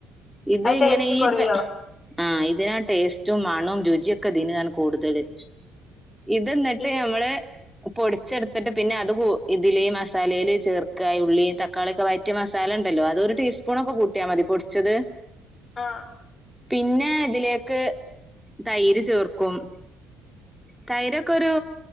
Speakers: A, in the centre; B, on the left.
A: ഇത്
B: അത് ടേസ്റ്റ്
A: ഇങ്ങനെ ഈ
B: കുറയോ
A: പേ ആഹ് ഇതിനാ ടേസ്റ്റും മണും രുച്യൊ. ക്കെ ദിന് കൂടുതല് ഇത് ന്നട്ട്
B: ഈ
A: ഞമ്മള് പൊടിച്ചെട്ത്തിട്ട് പിന്നെ അത് ഇതിലേ ഈ മസാലേല് ചേർക്ക ഇ ഉള്ളിം തക്കാ ക്കാള്യൊക്കെ വഴയറ്റ്യ മസാല ണ്ടല്ലോ അതൊരു ടീസ്പൂണൊക്കെ കൂട്ട്യാ മതി പൊട്ച്ചത്
B: ആഹ്
A: പിന്നെ ഇതിലേക്ക് തൈര് ചേർക്കും. തൈരൊക്കൊരു